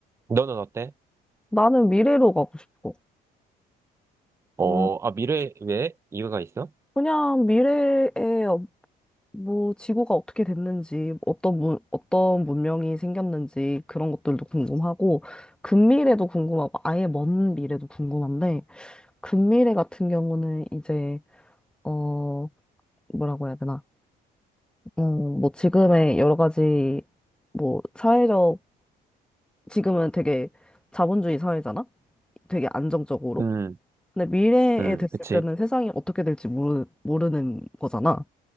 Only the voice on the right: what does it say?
너는 어때?
어,
아, 미래, 왜? 이유가 있어?
음,
음,
그치.